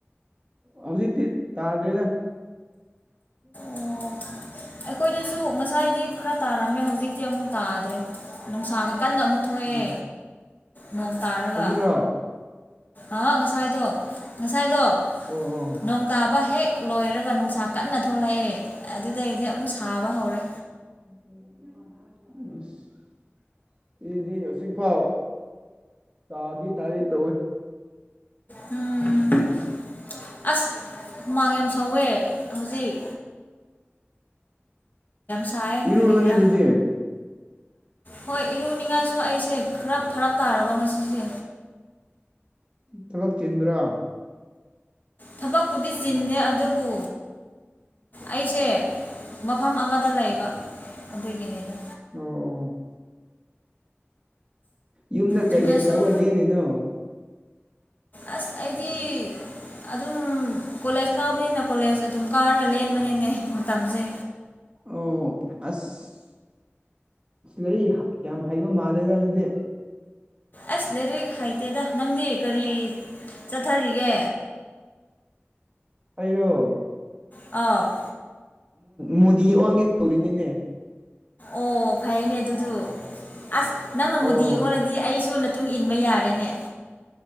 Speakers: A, on the right (about 25°); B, on the left (about 45°).
A: ꯍꯧꯖꯤꯛꯗꯤ ꯇꯥꯔꯗꯦꯅ <inaudible>
B: ꯑꯣ ꯑꯩꯈꯣꯏꯗꯁꯨ ꯉꯁꯥꯏꯗꯤ ꯈꯔ ꯇꯥꯔꯝꯃꯦ ꯍꯧꯖꯤꯛꯇꯤ ꯑꯃꯨꯛ ꯇꯥꯗ꯭ꯔꯦ ꯅꯨꯡꯁꯥꯒ ꯀꯟꯅ ꯑꯃꯨꯛ ꯊꯣꯛꯑꯦ
A: ꯎꯝ
B: ꯅꯣꯡ ꯇꯥꯔꯒ
A: ꯍꯧꯖꯤꯛꯔꯣ
B: ꯑ ꯉꯁꯥꯏꯗꯣ ꯉꯁꯥꯏꯗꯣ
A: ꯑꯣ ꯑꯣ
B: ꯅꯣꯡ ꯇꯥꯕ ꯍꯦꯛ ꯂꯣꯏꯔꯒ ꯅꯨꯡꯁꯥ ꯀꯟꯅ ꯊꯣꯛꯂꯛꯑꯦ ꯑꯗꯨꯗꯩꯗꯤ ꯑꯃꯨꯛ ꯁꯥꯕ ꯍꯧꯔꯦ
A: <unintelligible> ꯁꯤꯗꯤ ꯍꯧꯖꯤꯛꯐꯥꯎ ꯇꯥꯒꯤ ꯇꯥꯔꯒꯦꯠ ꯇꯧꯏꯤ
B: ꯎꯝ ꯑꯁ ꯍꯨꯃꯥꯡ ꯁꯧꯋꯦ ꯍꯧꯖꯤꯛ ꯁꯥꯏꯌꯦ
A: ꯏꯔꯨꯔꯣꯅꯦ
B: ꯀꯔꯤꯒꯥ
A: ꯑꯗꯨꯗꯤ
B: ꯍꯣꯏ ꯏꯔꯨꯅꯤꯡꯉꯥꯏꯁꯨ ꯑꯩꯁꯦ ꯈꯔ ꯐꯔꯛ ꯇꯥꯔꯕ ꯉꯁꯤꯁꯦ
A: ꯊꯕꯛ ꯆꯤꯟꯕ꯭ꯔꯥ
B: ꯊꯕꯛꯄꯨꯗꯤ ꯆꯤꯟꯗꯦ ꯑꯗꯨꯕꯨ ꯑꯩꯁꯦ ꯃꯐꯝ ꯑꯃꯗ ꯂꯩꯕ ꯑꯗꯨꯒꯤꯅꯤꯗ
A: ꯑꯣ ꯑꯣ ꯌꯨꯝꯗ ꯀꯩ
B: ꯆꯨꯝꯅ
A: ꯀꯩ ꯇꯧꯔꯒ
B: ꯁꯨꯝ
A: ꯂꯦꯜꯂꯤꯅꯣ
B: ꯑꯁ ꯑꯩꯗꯤ ꯑꯗꯨꯝ ꯀꯣꯂꯦꯖ ꯀꯥꯕꯅꯤꯅ ꯀꯣꯂꯦꯖ ꯑꯗꯨꯝ ꯀꯥꯔꯒ ꯂꯦꯟꯕꯅꯤꯅꯦ ꯃꯇꯝꯁꯦ
A: ꯑꯣ ꯑꯁ ꯂꯩꯔꯤꯛ ꯌꯥꯝ ꯍꯩꯕ ꯃꯥꯜꯂꯦꯗ ꯑꯗꯨꯗꯤ
B: ꯑꯁ ꯂꯩꯔꯤꯛ ꯍꯥꯏꯇꯦꯗ ꯅꯪꯗꯤ ꯀꯔꯤ ꯆꯠꯊꯔꯤꯒꯦ
A: ꯑꯩꯔꯣ
B: ꯑꯧ
A: ꯃꯣꯗꯤ ꯑꯣꯟꯒꯦ ꯇꯧꯔꯤꯅꯤꯅꯦ
B: ꯑꯣ ꯐꯩꯅꯦ ꯑꯗꯨꯗꯨ ꯑꯁ ꯅꯪ ꯅ ꯃꯣꯗꯤ
A: ꯑꯧ
B: ꯑꯣꯜ ꯗꯤ ꯑꯩꯁꯨ ꯃꯇꯨꯡ ꯏꯟꯕ ꯌꯥꯔꯦꯅꯦ